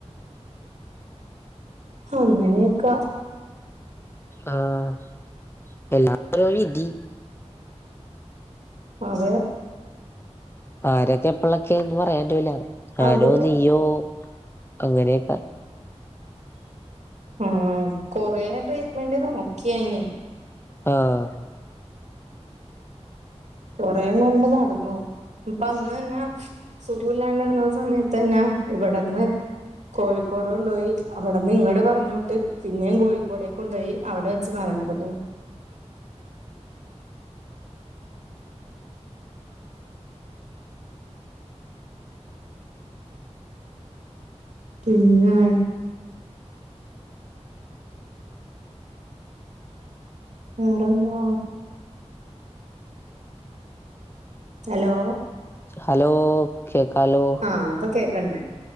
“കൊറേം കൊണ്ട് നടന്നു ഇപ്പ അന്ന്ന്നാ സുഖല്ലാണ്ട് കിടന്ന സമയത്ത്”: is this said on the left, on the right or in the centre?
Right